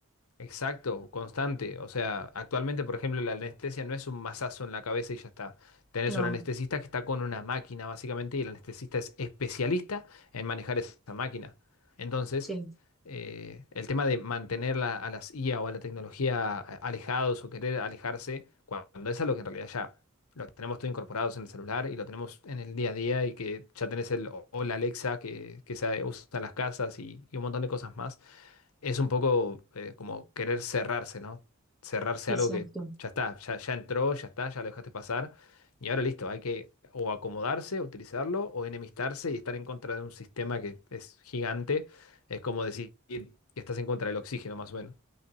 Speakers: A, on the left (about 80°); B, in the centre.
A: Exacto, constante. O sea, actualmente, por ejemplo, la anestesia no es un mazazo en la cabeza y ya está. Tenés
B: No,
A: un anestesista que está con una máquina, básicamente, y el anestesista es especialista en manejar esa máquina. Entonces,
B: sí,
A: eh, el tema de mantener la- a las IA o a la tecnología a- alejados o querer alejarse, cuando es algo que en realidad ya lo tenemos todo incorporados en el celular y lo tenemos en el día a día y que ya tenés el o o la Alexa que, que se usa en las casas y y un montón de cosas más es un poco eh, como querer cerrarse, ¿no? Cerrarse
B: exacto.
A: a algo que ya está, ya, ya entró, ya está, ya lo dejaste pasar. Y ahora listo, hay que o acomodarse, utilizarlo, o enemistarse y estar en contra de un sistema que es gigante. Es como decir que estás en contra del oxígeno, más o menos.